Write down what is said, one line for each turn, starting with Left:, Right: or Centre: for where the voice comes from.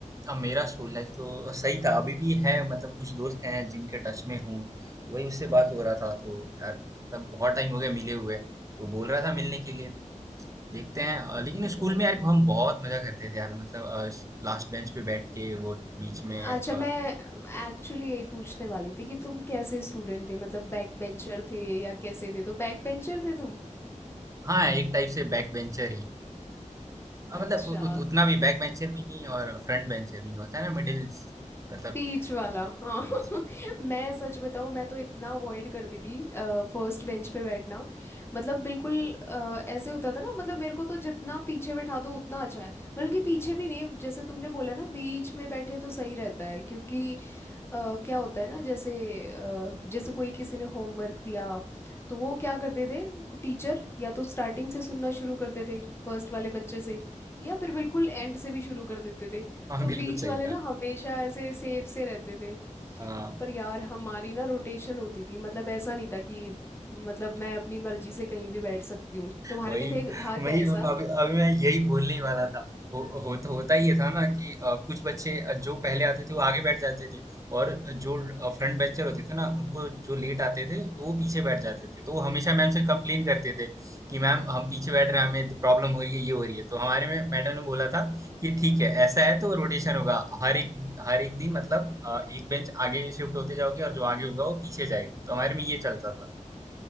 Right: अब मेरा स्कूल लाइफ तो सही था अभी भी है मतलब कुछ दोस्त हैं जिनके टच में हूँ तो वही उससे बात हो रहा था तो यार मतलब बहुत टाइम हो गया मिले हुए तो बोल रहा था मिलने के लिए देखते हैं अ, लेकिन
Left: नहीं
Right: स्कूल में यार हम बहुत मजा करते थे यार मतलब अ, लास्ट बेंच पे बैठ के वो बीच में
Left: अच्छा
Right: अ,
Left: मैं एक्चुअली यही पूछने वाली थी कि तुम कैसे स्टूडेंट थे मतलब बैक बेंचर थे या कैसे थे तो बैक बेंचर थे तुम
Right: हाँ एक टाइप से बैक बेंचर ही अ,
Left: अच्छा
Right: मतलब उ, उत- उतना भी बैक बेंचर भी नहीं और फ्रंट बेंचर भी नहीं होता है ना मिडिल मतलब
Left: बीच वाला हाँ
Right: बीच
Left: <laughs> मैं सच बताऊँ मैं तो इतना अवॉइड करती थी फर्स्ट बेंच पे बैठना मतलब बिल्कुल अ, ऐसे होता था ना मतलब मेरे को तो जितना पीछे बैठा दो उतना अच्छा है बल्कि पीछे भी नहीं जैसे तुमने बोला ना बीच में बैठे तो सही रहता है क्योंकि अ, क्या होता है ना जैसे अ, जैसे कोई किसी ने होमवर्क दिया तो वो क्या करते थे टीचर या तो स्टार्टिंग से सुनना शुरू करते थे फर्स्ट वाले बच्चे से या फिर बिल्कुल एंड से भी शुरू कर देते थे
Right: हाँ
Left: तो
Right: बिल्कुल
Left: बीच
Right: सही
Left: वाले
Right: कहा
Left: ना हमेशा ऐसे सेफ से रहते थे
Right: हाँ
Left: पर यार हमारी ना रोटेशन होती थी मतलब ऐसा नहीं था कि मतलब मैं अपनी मर्जी से कहीं भी बैठ सकती हूँ तुम्हारे
Right: वही
Left: में थे था क्या
Right: वही
Left: ऐसा
Right: अभी अभी मैं यही बोलने ही वाला था हो, हो, होता ये था ना कि अ, कुछ बच्चे अ, जो पहले आते थे वो आगे बैठ जाते थे और जो फ्रंट बेंचर होते थे ना उनको जो लेट आते थे तो वो पीछे बैठ जाते थे तो वो हमेशा मैम से कंप्लेन करते थे कि मैम हम पीछे बैठ रहे हैं हमें प्रॉब्लम हो रही है ये हो रही है तो हमारे में मैडम ने बोला था कि ठीक है ऐसा है तो रोटेशन होगा हर एक हर एक दिन मतलब अ, एक बेंच आगे शिफ्ट होते जाओगे और जो आगे होगा वो पीछे जाएगा तो हमारे में ये चलता था